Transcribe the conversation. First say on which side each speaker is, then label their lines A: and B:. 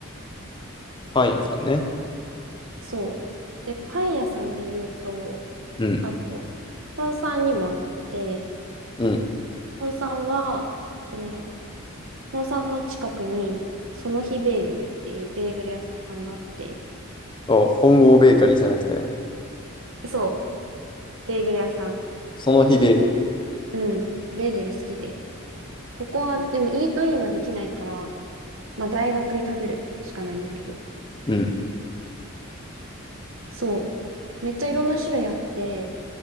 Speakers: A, on the left (about 20°); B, on the right (about 65°).
A: パン屋さんね。
B: う。そう。で、パン屋さんで言うと、
A: うん。
B: あと、本山にもあって、
A: うん。
B: 本山は、えっとね、本山の近くに、その日ベーグルっていうベーグル屋さんがあって、
A: あ、本郷ベーカリーじゃなくて、
B: そう、ベーグル屋さん。
A: その日ベーグ
B: 私結構、うん、ベーグル好きで。ここは、でもイートインはできないから、まあ大学で食べるしかないんだけど。
A: ル。うん。
B: そう。めっちゃいろんな種類あって、